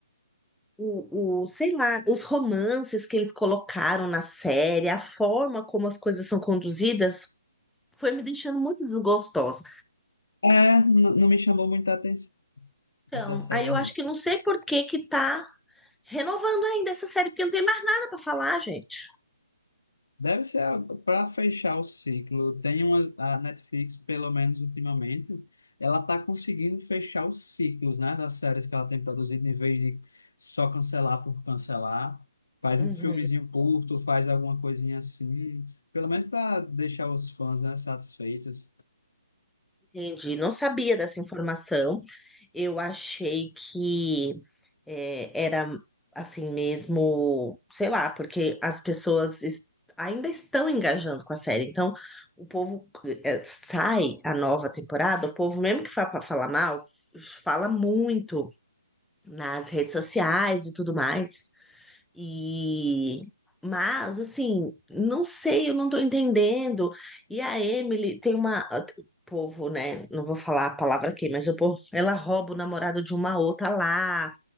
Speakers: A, in the centre; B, on the left.
A: o, o, sei lá, os romances que eles colocaram na série, a forma como as coisas são conduzidas, foi me deixando muito desgostosa.
B: É, n- não me chamou muita atenção
A: Então,
B: essa série,
A: aí eu
B: não.
A: acho que não sei por que que tá Renovando ainda essa série, porque não tem mais nada para falar, gente.
B: Deve ser para fechar o ciclo. Tem uma, a Netflix, pelo menos ultimamente, ela está conseguindo fechar os ciclos, né, das séries que ela tem produzido, em vez de só cancelar por cancelar. Faz
A: Uhum,
B: um filmezinho curto, faz alguma coisinha assim, pelo menos para deixar os fãs, né, satisfeitos.
A: entendi. Não sabia dessa informação. Eu achei que É, era assim mesmo, sei lá, porque as pessoas es- ainda estão engajando com a série. Então, o povo é, sai a nova temporada, o povo, mesmo que fa pra falar mal, fala muito nas redes sociais e tudo mais. E mas assim, não sei, eu não tô entendendo. E a Emily tem uma o povo, né? Não vou falar a palavra aqui, mas o povo, ela rouba o namorado de uma outra lá.